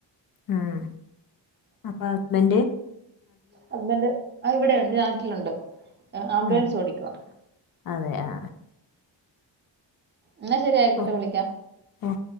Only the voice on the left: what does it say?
ഉം അപ്പ ഹസ്ബന്റ്
ഉം
അതെ ആ
ഓ
ഓ